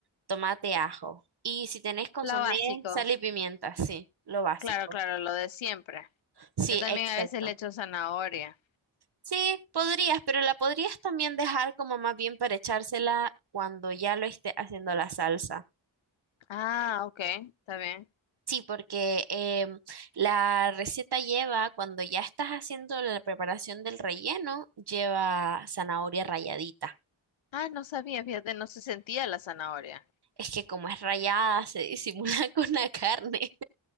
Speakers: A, on the right; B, on the left.
A: tomate, ajo. Y si tenés consomé,
B: Lo básico.
A: sal y pimienta, sí, lo básico.
B: Claro, claro, lo de siempre.
A: Sí,
B: Yo también
A: exacto.
B: a veces le echo zanahoria.
A: Sí, podrías, pero la podrías también dejar como más bien para echársela cuando ya lo esté haciendo la salsa.
B: Ah, ok, está bien.
A: Sí, porque em, la receta lleva, cuando ya estás haciendo la preparación del relleno, lleva zanahoria ralladita.
B: Ah, no sabía, fíjate, no se sentía la zanahoria.
A: Es que como es rallada, se disimula <laughs> con la carne.